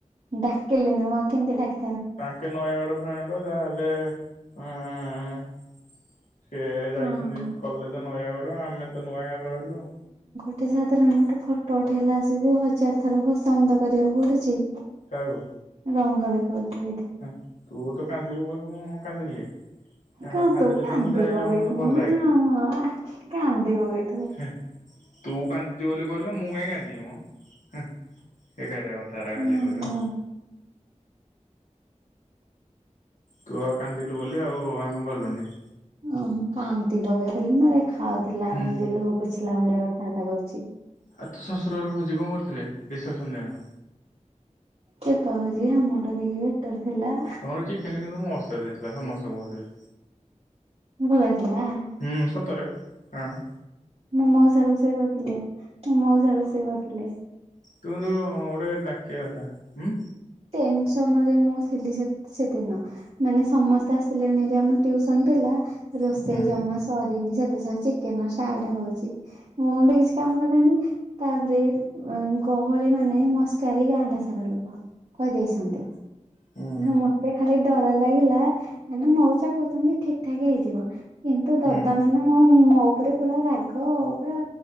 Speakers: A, on the right; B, on the left.
A: ଡାକିଲିନି ମୁଁ ଆଉ କେମତି ଡାକି
B: ତାଙ୍କେ ନୟାଗଡ ଫ୍ରେଣ୍ଡ ଯାହେଲେ ଉଁ ସେ ଯାଇଛନ୍ତି
A: ହଁ ହଁ
B: କଲେଜ ନୟାଗଡ, ଆମେ ତ ନୂଆ ଗାଁରେ ରହିଲୁ ଆଉ।
A: ଗଟେ ସାଧାରଣ ଗୋଟେ ଫଟୋ ଉଠେଇଲା ଆସିକି ହଜାର ଥର ଖୋସା ମନ୍ତ କରିବାକୁ ପଡୁଛି।
B: କାହାକୁ?
A: ରଙ୍ଗ ଦେଖାଉଛି ସେଠି।
B: ହୁଁ, ତୁ ତ କାନ୍ଦି ବୋବେଇବୁ ମୁଁ କାନ୍ଦିଲେ। ହଁ
A: କହ ତୁ କାନ୍ଦି
B: ତ ମୁଁ ଯାଏ
A: ପକେଇଥିବୁ
B: ମତେ ଭଲ
A: ନା କାନ୍ଦି ପକେଇ
B: ହେଁ, ତୁ କାନ୍ଦିଚୁ ବୋଲି କହିଲୁ ନା ମୁଁ କାହିଁ କାନ୍ଦିବି ମ? ହେଁ, ଏକାରିଆ କଥା ହେରା ଖାଲି
A: ହଁ
B: କହୁଛ।
A: ହଁ
B: ତୁ ଆଉ କାନ୍ଦିଲୁ ବୋଲି ଆଉ ଆମେ ଗଲୁନି।
A: ଓ ମୁଁ କାନ୍ଦି ପକେଇଥିଲି ନା ଏ ଖାଉଥିଲା
B: ହୁଁ।
A: ଏମିତି ଲୁହ ପୋଛିଲା ଭଳିଆ କଥାବାର୍ତ୍ତା କରୁଛି।
B: ଆଉ ତୁ ଶ୍ୱଶୁର ଘର ଭୋଜି କଣ କରିଥିଲେ ରିସେପସନ ଦିନ?
A: ଚୁପା ଭୁଜି ଆମର <unintelligible> ବେଟର୍ ଥିଲା।
B: ତମର ଚିକେନ କିନ୍ତୁ ମ ଷ୍ଟାଇଲରେ ଥିଲା ସମସ୍ତେ କହୁଥିଲେ।
A: ଭଲ ହେଇଥିଲା।
B: ହୁଁ ସତରେ ରାଣ।
A: ମୋ ମଉସା ରୋଷେଇ କରିଥିଲେ ମୋ ମଉସା ରୋଷେଇ କରିଥିଲେ।
B: ତୁମେ ଯଉ ଗୋଟେ ଡାକିବା କଥା ହୁଁ।
A: ଟେନସନରେ ମୁଁ ଥିଲି ସେ ସେଦିନ ମାନେ ସମସ୍ତେ ଆସିଲେଣି ରେ ଆମେ। ଟିଉସନ ପିଲା ରୋଷେଇ
B: ହୁଁ
A: ଜମା ସରିନି ସେ ଏତେ ସାରା ଚିକେନ ଷ୍ଟାର୍ଟ ହଉଛି। ମ ମୁଣ୍ଡ କିଛି କାମ କଲାଣି। ତାପରେ ଗହଳି ମାନେ ମସ୍କାରେ ଏ ଗାଁଡା ସାରା ଲୋକ। କହି ଦେଇସନ୍ତି।
B: ହୁଁ
A: ମତେ ଖାଲି ଡର ଲାଗିଲା ମାନେ ମଉସା କହୁଛନ୍ତି ଠିକ ଠାକ ହେଇଯିବ। ଏନ୍ତୁ ଦଦା
B: ହୁଁ
A: ମାନେ ମୋ ମୋ ଉପରେ ପୁରା ରାଗ ପୁରା।